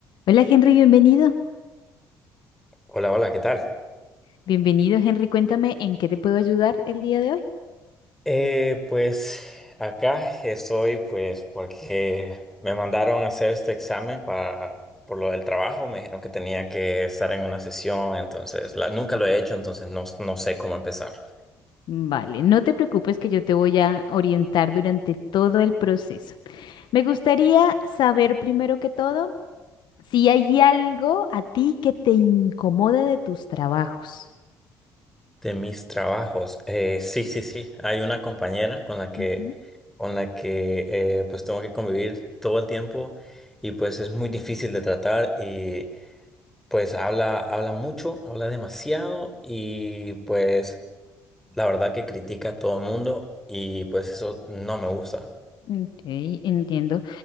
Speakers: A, on the left (about 65°); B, in the centre.
A: Hola Henry, bienvenido.
B: Hola, hola, ¿qué tal?
A: Bienvenido Henry, cuéntame en qué te puedo ayudar el día de hoy.
B: Eh, pues acá estoy pues porque me mandaron a hacer este examen para, por lo del trabajo, me dijeron que tenía que estar en una sesión, entonces la- nunca lo he hecho, entonces no, no sé cómo empezar.
A: Vale, no te preocupes que yo te voy a orientar durante todo el proceso. Me gustaría saber primero que todo si hay algo a ti que te incomode de tus trabajos.
B: De mis trabajos, eh, sí, sí, sí, hay una compañera con la que,
A: Ujú.
B: con la que eh, pues tengo que convivir todo el tiempo y pues es muy difícil de tratar y pues habla, habla mucho, habla demasiado y pues... la verdad que critica a todo el mundo y pues eso no me gusta.
A: Ok, entiendo.